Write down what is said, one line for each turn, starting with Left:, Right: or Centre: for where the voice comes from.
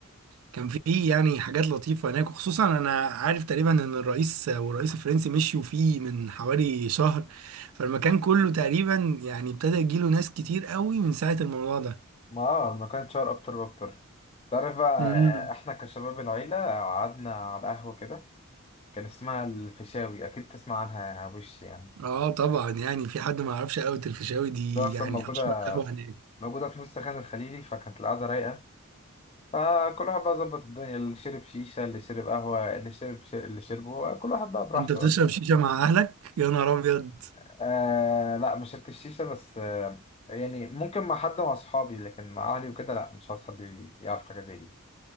Right: كان في يعني حاجات لطيفة هناك وخصوصا أنا عارف تقريبا إن الرئيس والرئيس الفرنسي مشيوا فيه من حوالي شهر فالمكان كله تقريبا يعني ابتدى يجيله ناس كتير قوي من ساعة الموضوع ده
Left: ما اه المكان اتشهر اكتر واكتر تعرف بقى
Right: امم
Left: آه، احنا كشباب العيلة قعدنا على قهوة كده كان اسمها الفيشاوي اكيد تسمع عنها وش يعني
Right: اه طبعا يعني في حد ما يعرفش قهوة الفيشاوي دي
Left: ده اصلا
Right: يعني
Left: موجودة
Right: أشهر قهوة هناك
Left: موجودة في نص خان الخليلي فكانت القعدة رايقة فكل واحد بقى ظبط الدنيا اللي شرب شيشة اللي شرب قهوة اللي شرب ش... اللي شربه كل واحد بقى براحته
Right: أنت بتشرب
Left: بقى فاهم
Right: شيشة مع أهلك يا نهار أبيض
Left: آه لا ما شربتش الشيشة بس آه يعني ممكن مع حد مع اصحابي لكن مع اهلي وكده لا مش عاوز حد يعرف حاجة زي دي